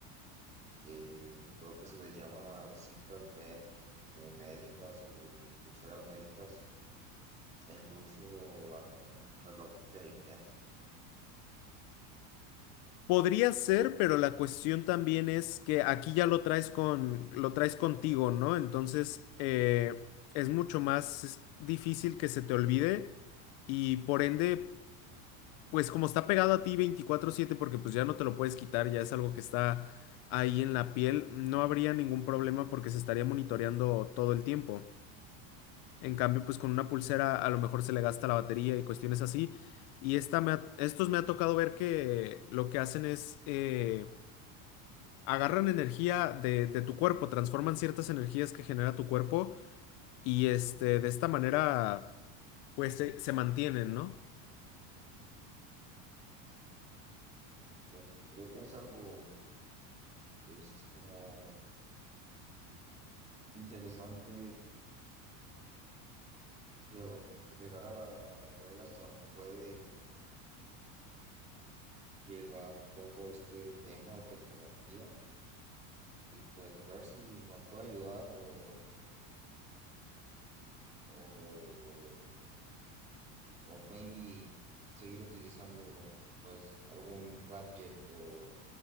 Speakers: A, on the right; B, on the left.
A: eh, creo que se les llama cintas med- eh, médicas o pulseras médicas, e incluso algún reloj inteligente.
B: Podría ser, pero la cuestión también es que aquí ya lo traes con, lo traes contigo, ¿no? Entonces, eh, es mucho más difícil que se te olvide y por ende, pues como está pegado a ti 24/7 porque pues ya no te lo puedes quitar, ya es algo que está ahí en la piel, no habría ningún problema porque se estaría monitoreando todo el tiempo. En cambio, pues con una pulsera a lo mejor se le gasta la batería y cuestiones así. Y esta me ha- estos me ha tocado ver que lo que hacen es... eh, agarran energía de, de tu cuerpo, transforman ciertas energías que genera tu cuerpo y este, de esta manera, pues se, se mantienen, ¿no?
A: Pues e- es algo que es como interesante llevo- llegar a la- ver hasta dónde puede llegar todo este tema o tecnología y pues ver si nos puede ayudar o, o, o maybe seguir utilizando pues algún gadget o